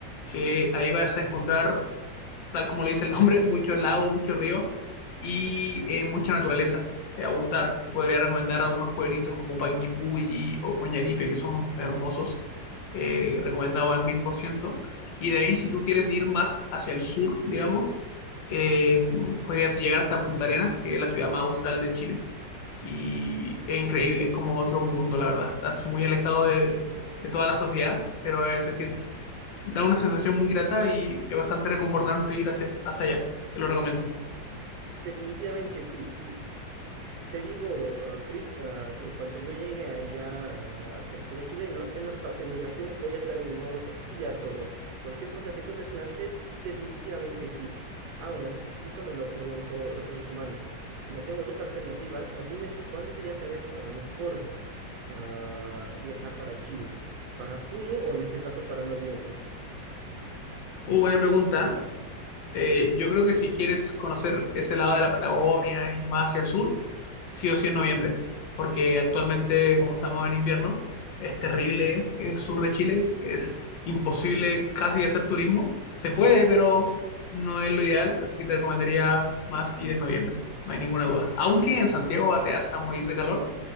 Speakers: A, on the left; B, on the right.
A: que ahí vas a encontrar, tal como le dice el nombre, <laughs> muchos lagos, muchos ríos y eh, mucha naturaleza. Te va a gustar. Te podría recomendar algunos pueblitos como Panguipulli o Coñaripe, que son hermosos. eh, recomendado al mil por ciento. Y de ahí, si tú quieres ir más hacia el sur, digamos, eh, podrías llegar hasta Punta Arenas, que es la ciudad más austral de Chile y es increíble, es como otro mundo, la verdad. Estás muy alejado de, de toda la sociedad, pero eh, se siente, da una sensación muy grata y es bastante reconfortante ir hacia, hasta allá. Te lo recomiendo.
B: Definitivamente sí. Te digo, ah, Chris, ah, en cuanto yo llegue allá a, a territorio chileno, apenas pase migraciones, voy a estar en mi modo sí a todo. Cualquier cosa que tú me plantes, definitivamente sí. Ahora, justo me lo preguntó Recursos Humanos. Como tengo dos alternativas, ah, dime tú cuándo sería tal vez ah, mejor a viajar para Chile? ¿Para julio o en este caso para noviembre?
A: Uh, buena pregunta. Eh, yo creo que si quieres conocer ese lado de la Patagonia y más hacia el sur, sí o sí en noviembre, porque actualmente, como estamos en invierno, es terrible el sur de Chile, es imposible casi hacer turismo. Se puede, pero no es lo ideal, así que te recomendaría más ir en noviembre, no hay ninguna duda. Aunque en Santiago te vas a morir de calor,